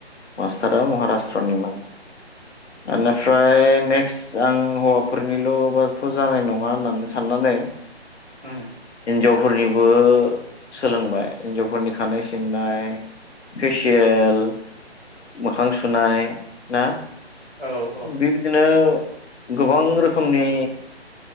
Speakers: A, on the left; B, on the right.
A: मास्टारा महाराष्ट्रनिमोन बेनिफ्राय
B: उम
A: ने क्स आं हौवाफोरनिल' बाथ' जानाय नङा होननानै साननानै
B: ओम
A: हिनजावफोरनिबो सोलोंबाय। हिन्जावफोरनि खानाय सिननाय, फेसियेल मोखां सुनाय ना
B: औ औ
A: बेबायदिनो गोबां रोखोमनि